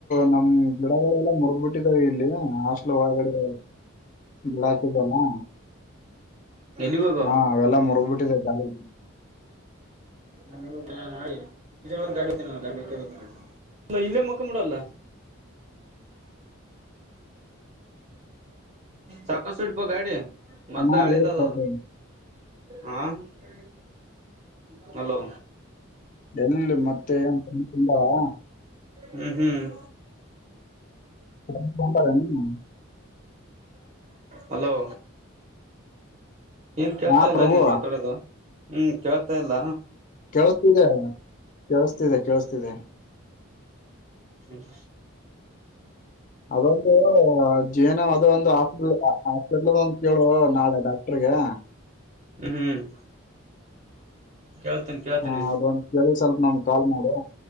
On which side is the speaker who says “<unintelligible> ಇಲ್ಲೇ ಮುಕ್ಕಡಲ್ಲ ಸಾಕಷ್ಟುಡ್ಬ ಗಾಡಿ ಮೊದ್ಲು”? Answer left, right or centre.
Right